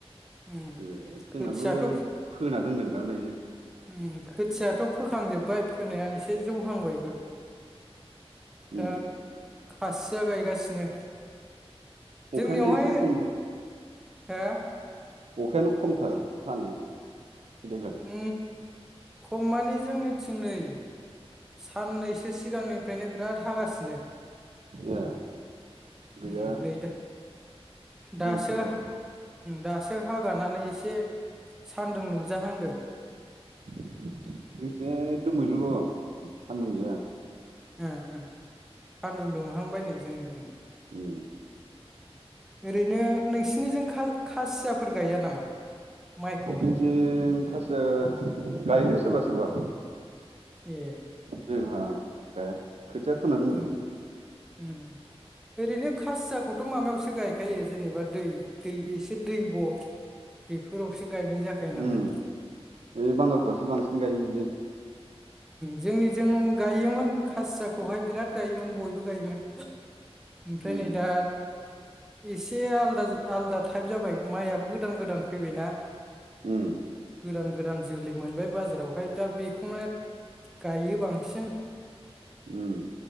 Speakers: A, in the centre; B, on the right.
A: उम
B: जोंनाबो
A: खोथियाथ'
B: फोना दोनदों दां दायो।
A: उम खोथियाथ' फोखांजोबबाय फोनाया एसे जौहांबायबो। दा
B: उम।
A: खासिया गायगासिनो। जोंनियावहाय
B: अखायानो एसे खम
A: हो।
B: अखायानो खमथार हानाया। देग्लाय
A: उम खम मानि जोंनिथिं नै। साननैसो सिगांनिफ्रायनो बिराद हागासि
B: ए। गैया
A: उम नै दा। दासो
B: जोंथिंजाय
A: दासो हागानानै एसे। सान्दुं नुजाहांदों।
B: <inaudible> सान्दुं गैया।
A: हो हो सानदुं दुंहांबाय नै जोंनिजों।
B: उम।
A: ओरैनो नोंसिनिजों खा खासियाफोर गाया नामा? माइखौहाय
B: जोंथिं खासिया गायोलै सोरबा सोरबा।
A: ए
B: जोंहा गाया। खोथिया फोना दोनदों
A: उम उम ओरैनो खासियाखौथ' माबायावसो गायखायो जेनेबा दै दै एसे दैब'। बेफोरावसो गायनाय जाखायो नालाय।
B: उम बे बांगालफ्रासो बांसिन गायो बिदि।
A: जोंनि जों गायोमोन खासियाखौहाय बिराद गायोमोन बयबो गायोमोन। ओमफ्राय
B: उम
A: नै दा। एसे आलदा आलदा टाइप जाबाय माइआबो गोदान गोदान फैबायना।
B: उम।
A: गोदान गोदान जोलै मोनबाय बाजारावहाय दा बेखौनो गायो बांसिन।
B: उम।